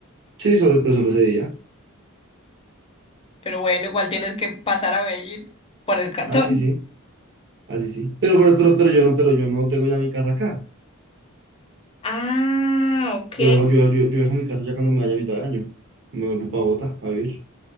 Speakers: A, on the right; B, on the left.
A: Sí, solo, pues, solo ese día.
B: Pero bueno, igual tienes que pasar a Medellín por el cartón.
A: Ah, sí, sí. Así sí. sí. Pero, pero, pero, pero yo no, pero yo no tengo ya mi casa acá.
B: Ah, ok.
A: Yo dejo, yo, yo, yo dejo mi casa ya cuando me vaya a mitad de año. Me vuelvo para Bogotá a vivir.